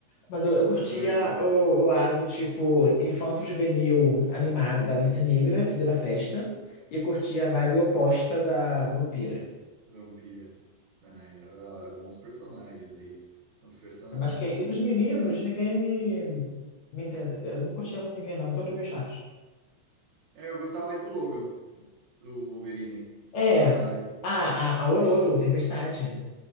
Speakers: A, on the left; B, on the right.
A: Mas eu, eu curtia
B: Imagina.
A: o, o lado, tipo, infanto-juvenil animado da Lince Negra. Tudo era festa. E eu curtia a vibe oposta da vampira.
B: Vampira. Ah, era da hora. Bons personagens aí. Bons personagens.
A: Mas que, e dos meninos, ninguém me... me entende. Eu não curtia muito ninguém, não. Todos meio chatos.
B: É, eu gostava mais do Logan, do Wolverine.
A: É,
B: Sabe?
A: a, a, a Aurora, a Tempestade.